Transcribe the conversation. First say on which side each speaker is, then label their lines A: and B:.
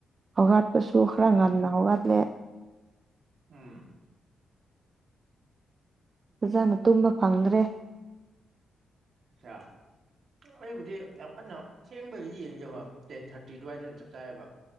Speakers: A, on the right; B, on the right.
A: ꯍꯧꯒꯠꯄꯁꯨ ꯈꯔ
B: ꯎꯝ
A: ꯉꯟꯅ ꯍꯧꯒꯠꯂꯦ
B: ꯎꯝ
A: ꯑꯣꯖꯥꯅ ꯇꯨꯝꯕ ꯐꯪꯗ꯭ꯔꯦ
B: ꯑꯆꯥ ꯑꯩꯕꯨꯗꯤ ꯌꯥꯝ ꯀꯟꯅ ꯊꯦꯡꯕꯒꯤꯗꯤ ꯌꯦꯡꯒꯦ ꯍ꯭ꯔ ꯇꯦꯟ ꯊꯥꯔꯇꯤ ꯑꯗꯨꯋꯥꯏꯗꯅ ꯆꯞ ꯆꯥꯏꯌꯦꯕ